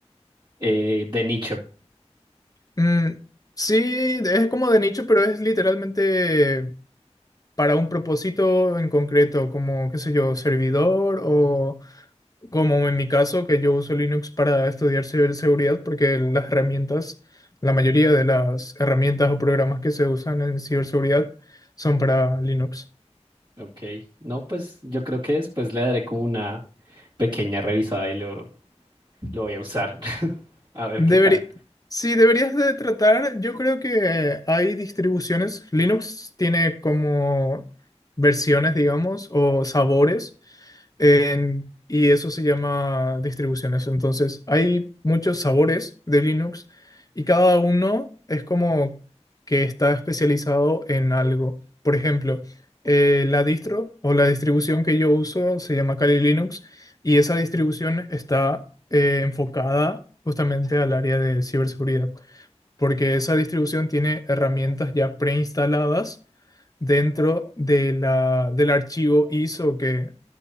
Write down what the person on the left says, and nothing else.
Mm, sí, es como de nicho, pero es literalmente para un propósito en concreto, como, qué sé yo, servidor o como en mi caso, que yo uso Linux para estudiar ciberseguridad, porque las herramientas, la mayoría de las herramientas o programas que se usan en ciberseguridad son para Linux.
Deberí-
sí, deberías de tratar, yo creo que hay distribuciones, Linux tiene como versiones, digamos, o sabores, en- y eso se llama distribuciones. Entonces, hay muchos sabores de Linux y cada uno es como que está especializado en algo. Por ejemplo, eh, la distro o la distribución que yo uso se llama Kali Linux. Y esa distribución está eh, enfocada justamente al área de ciberseguridad, porque esa distribución tiene herramientas ya preinstaladas dentro de la, del archivo ISO que